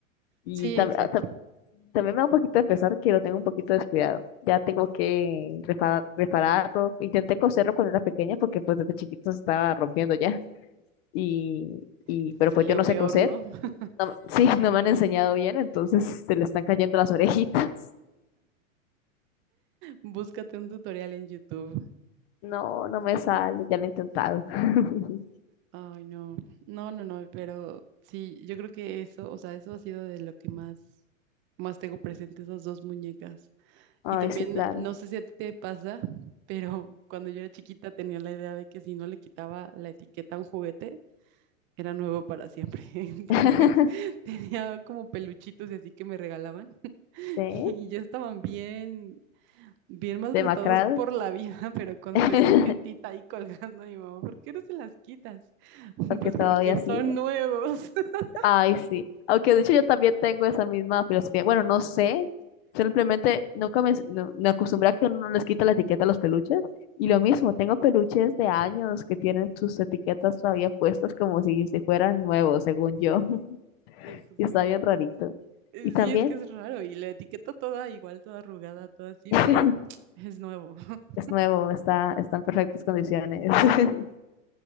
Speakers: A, on the left; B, on the right.
A: Y
B: Sí,
A: tam-
B: exacto.
A: ah, tam- también me da un poquito de pesar que lo tengo un poquito descuidado. Ya tengo que reparar, repararlo. Intenté coserlo cuando era pequeña porque pues desde chiquito se estaba rompiendo ya. Y, y
B: y Salió
A: pero pues yo no
B: peor,
A: sé coser.
B: ¿no? <laughs>
A: No- <laughs> sí, no me han enseñado bien, entonces se le están cayendo las orejitas. <laughs>
B: Búscate un tutorial en YouTube.
A: No, no me sale, ya lo he intentado. <laughs>
B: Ay, no, no, no, no, pero sí, yo creo que eso, o sea, eso ha sido de lo que más, más tengo presente, esas dos muñecas.
A: Ay,
B: Y también,
A: sí, claro.
B: eh, no sé si a ti te pasa, <laughs> pero cuando yo era chiquita tenía la idea de que si no le quitaba la etiqueta a un juguete, era nuevo para siempre. <laughs> Entonces,
A: <laughs>
B: tenía como peluchitos y así que me regalaban <laughs>
A: Sí,
B: y ya estaban bien bien maltratados
A: demacrado.
B: por la vida, <laughs> pero con
A: <laughs>
B: su etiquetita ahí colgando, mi mamá, ¿por qué no se las quitas? <laughs>
A: Porque
B: Pues
A: todavía
B: porque
A: sí.
B: son nuevos. <laughs>
A: Ay, sí. Aunque de hecho yo también tengo esa misma filosofía. Bueno, no sé. Simplemente nunca me, no- me acostumbré a que uno no les quita la etiqueta a los peluches. Y lo mismo, tengo peluches de años que tienen sus etiquetas todavía puestas como si, si fueran nuevos, según yo. <laughs>
B: Sí, Hijo,
A: Y está
B: sí.
A: bien rarito.
B: Eh,
A: Y también
B: Sí, es que es raro y la etiqueta toda igual, toda arrugada, toda así,
A: <laughs>
B: pero <tsk> es nuevo. <laughs>
A: es nuevo, está, está en perfectas condiciones. <laughs>